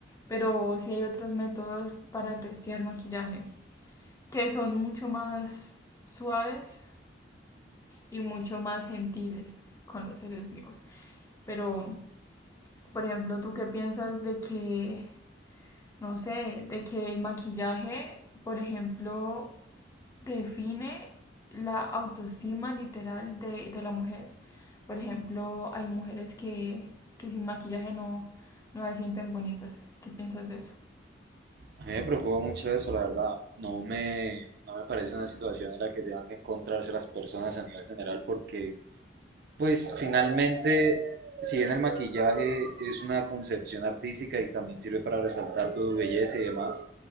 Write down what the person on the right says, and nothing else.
A mí me preocupa mucho eso, la verdad. No me, no me parece una situación en la que tengan que encontrarse las personas a nivel general porque pues finalmente, si bien el maquillaje es una concepción artística y también sirve para resaltar tu belleza y demás,